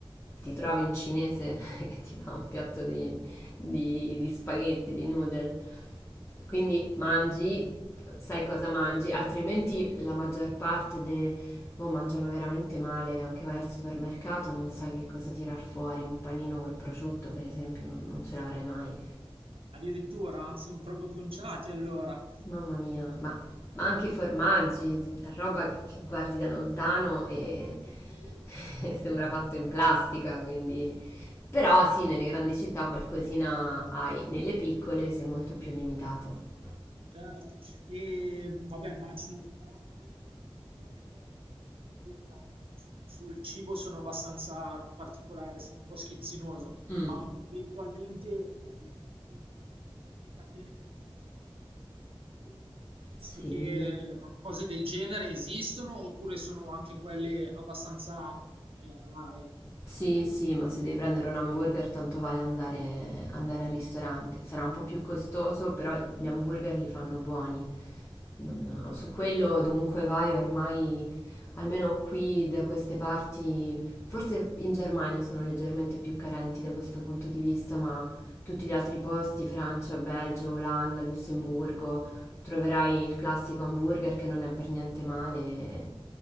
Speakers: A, on the left; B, on the right.
A: ti trovi un cinese <laughs> che ti fa un piatto di di, di spaghetti, di noodle. Quindi mangi, sai cosa mangi, altrimenti la maggior parte de, boh, mangiano veramente male, anche vai al supermercato, non sai che cosa tirar fuori, un panino col prosciutto per esempio, non, non ce l'avrai mai.
B: addirittura sono proprio conciati allora.
A: Mamma mia, ma, ma anche i formaggi, roba che, che guardi da lontano e, <laughs> e sembra fatto in plastica, quindi... Però sì, nelle grandi città qualcosina hai, nelle piccole sei molto più limitato.
B: Certo. Ehm, vabbè immagino che però comunque perché io, eh, dico la verità, s sul cibo sono abbastanza particolare, sono un po' schizzinoso,
A: Mm.
B: ma eventualmente, ehm, le grandi le grandi catene che possono essere intorno, piuttosto
A: Sì.
B: che ro cose del genere esistono oppure sono anche quelle abbastanza, ehm, rare?
A: Sì, sì, ma se devi prendere un hamburger, tanto vale andare, andare al ristorante. Sarà un po' più costoso, però gli hamburger li fanno buoni. Non- no, su quello, dovunque vai, ormai, almeno qui da queste parti, forse in Germania sono leggermente più carenti da questo punto di vista, ma Tutti gli altri posti, Francia, Belgio, Olanda, Lussemburgo, troverai il classico hamburger che non è per niente male